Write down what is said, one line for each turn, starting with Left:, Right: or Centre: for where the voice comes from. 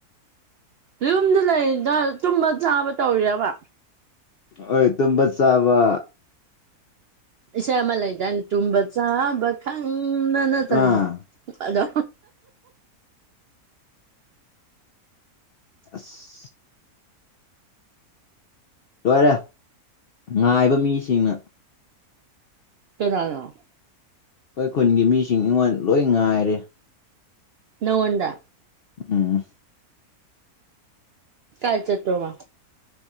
Right: ꯌꯨꯝꯗ ꯂꯩꯔꯤꯗꯣ ꯇꯨꯝꯕ ꯆꯥꯕ ꯇꯧꯔꯤꯔꯕ
Left: ꯑꯣꯏ ꯇꯨꯝꯕ ꯆꯥꯕ
Right: ꯏꯁꯩ ꯑꯃ ꯂꯩꯗꯥꯏꯅ ꯇꯨꯝꯕ ꯆꯥꯕ ꯈꯪꯗꯅ ꯇꯧ
Left: ꯑꯥ
Right: ꯑꯗꯣ
Left: ꯑꯁ ꯂꯣꯏꯔꯦ ꯉꯥꯏꯕ ꯃꯤꯁꯤꯡꯅ
Right: <unintelligible>
Left: ꯑꯩꯈꯣꯏ ꯈꯨꯟꯒꯤ ꯃꯤꯁꯤꯡ ꯑꯩꯉꯣꯟ ꯂꯣꯏ ꯉꯥꯏꯔꯦ
Right: ꯅꯉꯣꯟꯗ
Left: ꯎꯝ
Right: ꯀꯥꯏ ꯆꯠꯇꯣꯔꯤꯃꯣ